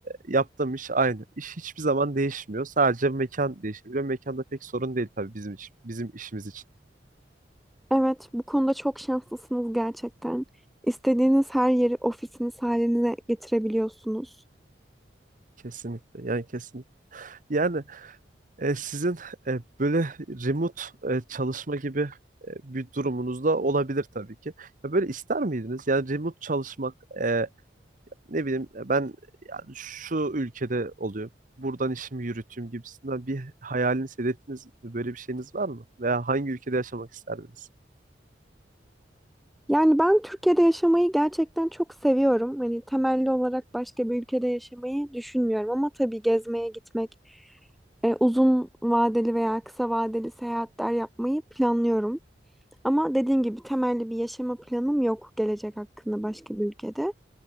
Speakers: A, on the right; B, in the centre.
A: e, yaptığım iş aynı. İş hiçbir zaman değişmiyor. Sadece mekan değişebiliyor. Mekanda pek sorun değil tabii bizim için, bizim işimiz için.
B: Evet, bu konuda çok şanslısınız gerçekten. İstediğiniz her yeri ofisiniz haline getirebiliyorsunuz.
A: Kesinlikle. Yani kesinlikle. Yani e, sizin e, böyle remote e, çalışma gibi e, bir durumunuz da olabilir tabii ki. Ya böyle ister miydiniz? Yani remote çalışmak e, ne bileyim ya ben yani şu ülkede oluyor. Buradan işimi yürüteyim gibisinden bir hayaliniz, hedefiniz, e, böyle bir şeyiniz var mı? Veya hangi ülkede yaşamak isterdiniz?
B: Yani ben Türkiye'de yaşamayı gerçekten çok seviyorum. Hani temelli olarak başka bir ülkede yaşamayı düşünmüyorum ama tabii gezmeye gitmek, e, uzun vadeli veya kısa vadeli seyahatler yapmayı planlıyorum. Ama dediğim gibi temelli bir yaşama planım yok gelecek hakkında başka bir ülkede.